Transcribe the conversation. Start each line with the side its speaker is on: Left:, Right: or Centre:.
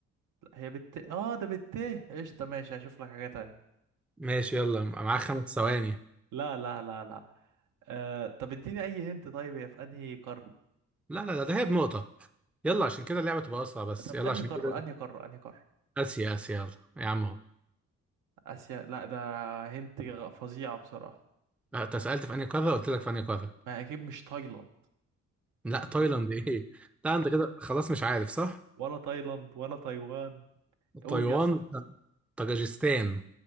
Right: لا هي بالت اه ده بالت قشطة ماشي هشوف لك حاجة تانية
Centre: ماشي يلا معاك خمس ثواني
Right: لا لا لا لا آه... طب اديني أي هنت طيب هي في أنهي قارة
Centre: لا لا لا ده هي بنقطه يلا عشان كده اللعبه تبقى اسرع بس
Right: طب
Centre: يلا
Right: أنهي
Centre: عشان
Right: قارة
Centre: كده
Right: أنهي قارة أنهي قارة
Centre: اسيا اسيا يلا يا عم اهو
Right: آسيا لا ده هنت غ- فظيعة بصراحة
Centre: لا، انت سالت في انهي قاره قلت لك في انهي قاره
Right: ما أكيد مش تايلاند
Centre: لا
Right: <laughs>
Centre: تايلاند ايه لا انت كده خلاص مش عارف صح
Right: ولا تايلاند ولا تايوان قول
Centre: تايوان
Right: يا اسطى
Centre: طاجيكستان